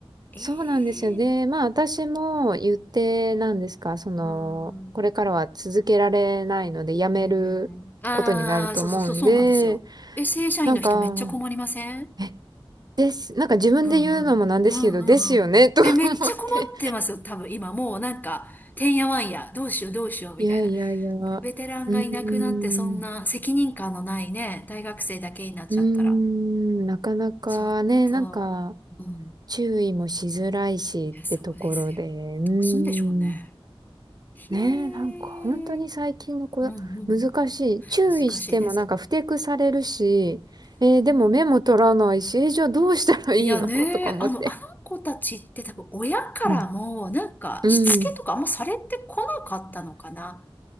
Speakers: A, on the left; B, on the right.
A: ええ
B: そうなんですよ。で、
A: ー、
B: まあ私も言って、なんですか、その、
A: うーん。
B: これからは続けられないので、やめることになると思うんで、
A: うん、うん、うん。ああ、そうそうそう、そうなんですよ。え、正社員の人めっちゃ困りません
B: なんか、え、です。なんか自分で言うのもなんですけど、
A: うんうん。うんうんうん。
B: ですよね、<laughs> とか思って。
A: え、めっちゃ困ってますよ、多分今。もうなんか、てんやわんや、どうしようどうしようみたいな。
B: いやいやいや。うーん。
A: ベベテランがいなくなって、そんな責任感のないね、大学生だけになっちゃったら。
B: うーん。なかなかね、
A: ちょっと、
B: なんか、
A: うん
B: 注意もしづらいしってところで、
A: いや、そうですよ。
B: うーん。
A: どうすんでしょうね。へえ。
B: ねえ、なんか本当に最近の子、
A: うんうん。
B: 難しい。注意してもなんか不適されるし、
A: 難しいです。
B: えーでも目も取らないし、えーじゃあどうしたらいいの
A: いやね、
B: <laughs> とか思って。
A: あの、あの子たちって多分親からも、
B: うん。
A: なんか、
B: うん。
A: しつけとかあんまされてこなかったのかな。